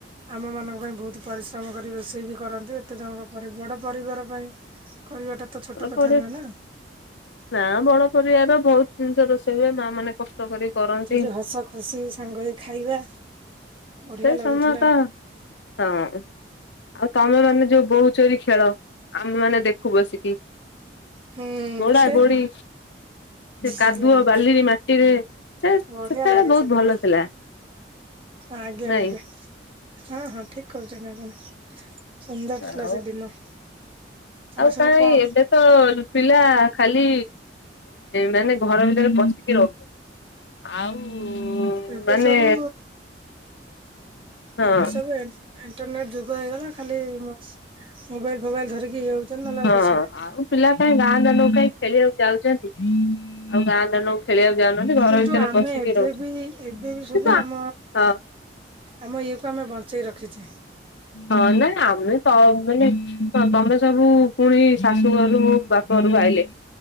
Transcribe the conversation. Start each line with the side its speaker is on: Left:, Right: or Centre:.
Right: ଆମ ମାନଙ୍କ ପାଇଁ ବହୁତ ପରିଶ୍ରମ କରି ରୋଷେଇ ବି କରନ୍ତି, ଏତେ ଜଣକ ଘରେ ବଡ ପରିବାର ପାଇଁ କରିବା ଟା ତ ଛୋଟ
Left: ବଡ
Right: କଥା
Left: ପରି
Right: ନୁହେଁ ନା।
Left: ନା ବଡ ପରିବାର ବହୁତ ଜିନିଷ ରୋଷେଇ ହୁଏ ମା ମାନେ କଷ୍ଟ କରି କରନ୍ତି।
Right: ସେ ଯୋଉ ହସ ଖୁସି ସାଙ୍ଗ ହେଇ ଖାଇବା ବଢିଆ
Left: ସେ
Right: ଲାଗୁଥିଲା।
Left: ସମୟ ତ ହଁ ଆଉ ତମେ ମାନେ ଯୋଉ ବହୁତ ଚୋରି ଖେଳ ଆମେ ମାନେ ଦେଖୁ ବସିକି।
Right: ହୁଁ
Left: ଗୋଡ଼ା
Right: ସେଇଦିନ
Left: ଗୋଡ଼ି ସେ କାଦୁଅ
Right: ଆଜ୍ଞା ଆଜ୍ଞା
Left: ବାଲି ମାଟିରେ ସେ
Right: ବଢିଆ
Left: ସେତେବେଳେ
Right: ଲାଗେ
Left: ବହୁତ
Right: ସେଦିନ
Left: ଭଲ ଥିଲା।
Right: ଆଜ୍ଞା
Left: ନାଇଁ
Right: ଆଜ୍ଞା ହଁ ହଁ ଠିକ କହିଚନ୍ତି ଆପଣ। ସୁନ୍ଦର ଥିଲା
Left: ଆଉ
Right: ସେଦିନ, ଆଉ
Left: କାହିଁ
Right: ସବୁ କଣ?
Left: ଏବେ ତ ପିଲା ଖାଲି ମାନେ ଘର ଭିତରେ ପସିକି ରହୁଚନ୍ତି। ଆଉ
Right: ଏବେ
Left: ମାନେ
Right: ସବୁ
Left: ହଁ
Right: ଏବେ ସବୁ ଇଣ୍ଟରନେଟ ଯୁଗ ହେଇଗଲା ଖାଲି ମୋବାଇଲ ଫୋବାଇଲ ଧରିକି ଇଏ ହଉଛନ୍ତି ନହେଲେ
Left: ହଁ
Right: ଆଉ କିଛି ନାହିଁ।
Left: ଆଉ ପିଲା କାଇଁ ଗାଁ ଦାଣ୍ଡ କୁ କାଇଁ ଖେଳିବାକୁ ଯାଉଚନ୍ତି ଆଉ ଗାଁ ଦାଣ୍ତ ଖେଳିଆକୁ ଯାଉନାହାନ୍ତି ଘର
Right: କିନ୍ତୁ
Left: ଭିତରେ
Right: ଆମେ
Left: ପସିକି
Right: ଏବେ
Left: ରହୁଛି
Right: ବି ଏବେ ବି ସୁଦ୍ଧା
Left: ହଁ।
Right: ଆମ ଆମ ଇଏ କୁ ଆମେ ବଞ୍ଚେଇ ରଖିଚେ।
Left: ହଁ ନାଇ ଆମେ ତମେ ହଁ ତମେ ସବୁ ପୁଣି ଶାଶୁ ଘରୁ ବାପା ଘରୁକୁ ଆାଇଲେ